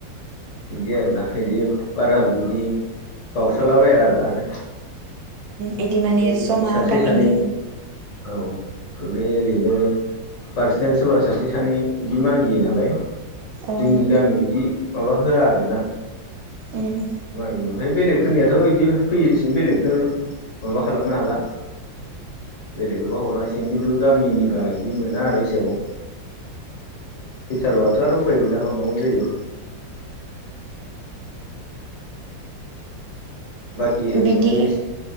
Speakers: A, on the left (about 45°); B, on the right (about 85°).
A: बिदि आरोना बिदि बारा बिदि गावस्रालाबाया आरो
B: बिदि माने
A: ओमफ्राय बिदि
B: जमा
A: सासे
B: गामिनि
A: सानै औ ओमफ्राय ओरैनो पार्सनेल सोरबा सासे सानै बिदि मागियो नालाय
B: औ
A: जोंनि गामियाव बिदि माबा होआ आरो ना
B: उम
A: मागिनो ओमफ्राय बेलेगफोरनियाथ' बिदि फैयोदिसिन बेलेगखौ माबा खालामनो हाला बेलेगनोबा हरनांसिगोन खिन्थु गामिनिबा बिदि मोना आरो हिसाबाव फैथारबाथ' आरो उफाय गैला हरनांगौ जायो बाखि ओरैनो
B: बिदि
A: नों